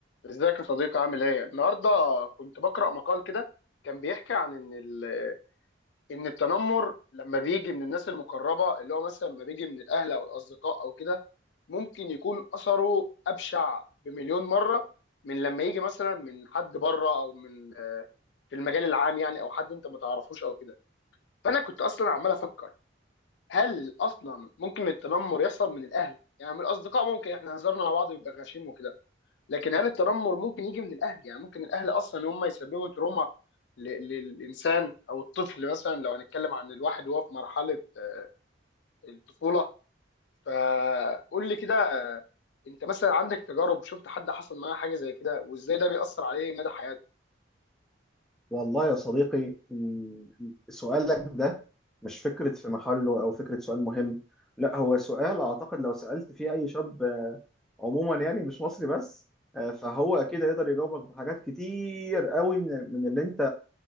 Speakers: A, on the left; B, in the centre.
A: ازيك يا صديقي عامل ايه؟ النهارده كنت بقرأ مقال كده كان بيحكي عن ان ال- ان التنمر لما بيجي من الناس المقربه اللي هو مثلا لما بيجي من الاهل او الاصدقاء او كده ممكن يكون اثره ابشع بمليون مره من لما يجي مثلا من حد بره او من آه، في المجال العام يعني او حد انت ما تعرفوش او كده فانا كنت اصلا عمال افكر هل اصلا ممكن التنمر يحصل من الاهل يعني من الاصدقاء ممكن احنا هزرنا مع بعض بيبقى غشيم وكده لكن هل التنمر ممكن يجي من الاهل يعني ممكن الاهل اصلا هم يسببوا تروما ل- للانسان او الطفل مثلا لو هنتكلم عن الواحد وهو في مرحله آه، الطفوله فقول لي كده آه، انت مثلا عندك تجارب شفت حد حصل معاه حاجه زي كده وازاي ده بيأثر عليه مدى حياته
B: والله يا صديقي م- سؤالك ده مش فكرة في محله أو فكرة سؤال مهم لا هو سؤال أعتقد لو سألت فيه أي شاب آه، عموما يعني مش مصري بس آه، فهو أكيد يقدر يجاوبك بحاجات كتير قوي من من اللي أنت